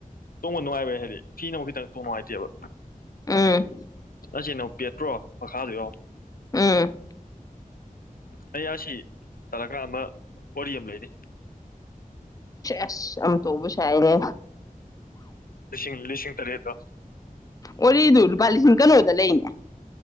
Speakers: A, on the left; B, on the left.
A: ꯇꯣꯡꯕ ꯅꯨꯡꯉꯥꯏꯕꯩ ꯍꯥꯏꯗꯤ ꯐꯤꯅ ꯑꯃ ꯈꯤꯇꯪ ꯇꯣꯡ ꯅꯨꯡꯉꯥꯏꯇꯦꯕ
B: ꯎꯝ
A: ꯑꯁꯤꯁ ꯄꯦꯇ꯭ꯔꯣ ꯃꯈꯥꯗ ꯌꯧ
B: ꯎꯝ
A: ꯑꯩ ꯌꯥꯁꯤ ꯆꯂꯒ꯭ꯔꯥ ꯑꯃ ꯋꯥꯔꯤ ꯑꯃ ꯂꯩꯅꯤ
B: ꯑꯁ ꯑ ꯇꯧꯕꯁꯦ ꯍꯥꯏꯅꯦ
A: ꯂꯤꯁꯤꯡ ꯂꯤꯁꯤꯡ ꯇꯔꯦꯠꯇꯣ
B: ꯋꯥꯔꯤꯔꯤꯗꯨ ꯂꯨꯄꯥ ꯂꯤꯁꯤꯡ ꯀꯩꯅꯣꯗ ꯂꯩꯅꯦ